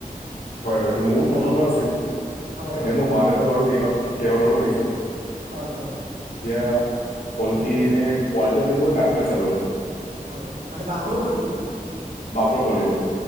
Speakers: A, on the left; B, on the right.
A: হয়- হয় এইটো মোৰ প্ৰথমবাৰ আছিল
B: হয়
A: এনে
B: হয়
A: মোৰ
B: হয়
A: মা -দেউতা বাৰু কেইবা -কেইবাবাৰো আহিছে
B: হয় -হয়।
A: এতিয়া হ'ল কি এনে পোৱালিটো এনেই মই গাত লৈ চালো
B: হয়, মানে বাঘৰ পোৱালিটো?
A: বাঘৰ পোৱালীটো